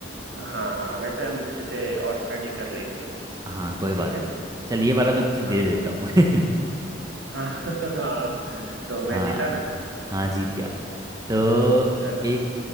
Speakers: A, on the right; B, on the right.
A: हाँ हाँ वैसे हम इसे और स्टडी कर लेंगे
B: हाँ कोई
A: ठीक
B: बात
A: है
B: नहीं चलिए ये वाला मैं तुझे
A: हाँ
B: दे देता हूँ <laughs>
A: हाँ <laughs> हाँ तो मैं
B: हाँ
A: जीता ना
B: हाँ जीत गया तो
A: चलो
B: एक